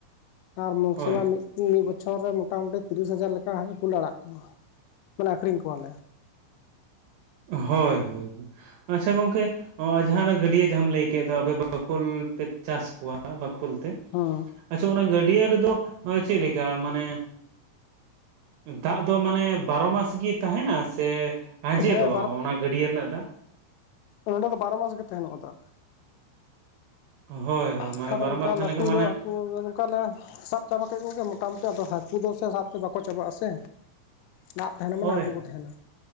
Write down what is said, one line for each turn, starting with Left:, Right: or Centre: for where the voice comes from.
Left: ᱟᱨ ᱢᱤᱠᱥᱤᱢᱟᱢ
Right: ᱦᱳᱭ
Left: ᱢᱤᱫ.. ᱢᱤᱫ ᱵᱚᱪᱷᱚᱨ ᱨᱮ ᱢᱚᱴᱟᱟᱢᱩᱴᱤ ᱛᱤᱨᱤᱥ ᱦᱟᱡᱟᱨ ᱞᱮᱠᱟ ᱠᱚᱞᱮ ᱟᱲᱟᱜ ᱠᱚᱣᱟ ᱢᱟᱱᱮ ᱟᱠᱷᱨᱤᱧ ᱠᱚᱣᱟᱞᱮ
Right: ᱦᱳᱭ ᱦᱳᱭ ᱟᱪᱪᱷᱟ ᱜᱚᱢᱠᱮ ᱦᱚᱸ ᱡᱟᱦᱟᱸᱱᱟᱜ ᱜᱟᱹᱰᱭᱟᱹ ᱡᱟᱦᱟᱸᱟᱢ ᱞᱟᱹᱭ ᱠᱮᱫ ᱫᱚ ᱟᱯᱮ ᱵᱟᱠᱷᱳᱞ ᱯᱮ ᱪᱟᱥ ᱠᱚᱣᱟ ᱵᱟᱠᱷᱳᱞ ᱛᱮ
Left: ᱦᱚᱸᱻ
Right: ᱟᱪᱪᱷᱟ ᱚᱱᱟ ᱜᱟᱹᱰᱭᱟᱹ ᱨᱮᱫᱚ ᱪᱮᱫ ᱞᱮᱠᱟ ᱢᱟᱱᱮ ᱫᱟᱜ ᱫᱚ ᱢᱟᱱᱮ ᱵᱟᱨᱚ ᱢᱟᱥ ᱜᱮ ᱛᱟᱦᱮᱱᱟ ᱥᱮ ᱟᱸᱡᱮᱫᱚᱜᱼᱟ
Left: ᱦᱮᱸ
Right: ᱚᱱᱟ ᱜᱟᱹᱰ ᱨᱮᱱᱟᱜ ᱫᱟᱜ
Left: ᱱᱚᱰᱮ ᱫᱚ ᱵᱟᱨᱚ ᱢᱟᱥ ᱜᱮ ᱛᱟᱦᱮᱱᱚᱜᱫᱚ
Right: ᱦᱳᱭ ᱦᱳᱭ
Left: ᱮᱱᱠᱷᱟᱱ
Right: ᱢᱟᱱᱮ ᱵᱟᱨᱚ
Left: ᱚᱱᱠᱟ
Right: ᱢᱟᱥ ᱛᱟᱦᱮᱸ
Left: ᱞᱟᱹᱴᱩ
Right: ᱞᱮᱱᱠᱷᱟᱱ ᱢᱟᱱᱮ
Left: ᱧᱚᱜ ᱦᱟᱹᱠᱩ ᱚᱱᱠᱟᱞᱮ ᱥᱟᱵ ᱪᱟᱵᱟ ᱠᱮᱫ ᱠᱚᱜᱮ ᱢᱚᱴᱟᱢᱩᱴᱤ ᱟᱫᱚ ᱦᱟᱹᱠᱩ ᱫᱚ ᱥᱮ ᱥᱟᱵᱛᱮ ᱵᱟᱠᱚ ᱪᱟᱵᱟᱜᱼᱟ ᱥᱮ ᱫᱟᱜ ᱛᱟᱦᱮᱱᱟ
Right: ᱦᱳᱭ
Left: ᱢᱟᱱᱮ ᱦᱟᱹᱠᱩ
Right: ᱦᱳᱭ
Left: ᱠᱚ ᱛᱟᱦᱮᱱᱟ